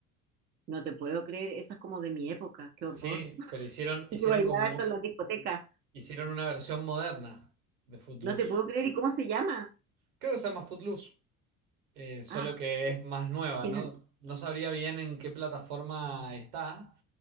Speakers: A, on the right; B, on the right.
A: No te puedo creer, esa es como de mi época, qué horror.
B: Sí,
A: <laughs>
B: pero hicieron,
A: Yo
B: hicieron
A: bailaba
B: como,
A: eso en la discoteca,
B: hicieron una versión moderna de Footloose.
A: no te puedo creer, ¿y cómo se llama?
B: Creo que se llama Footloose, eh, solo
A: Ah,
B: que es más nueva,
A: ¿quién
B: ¿no?
A: es?
B: No sabría bien en qué plataforma está,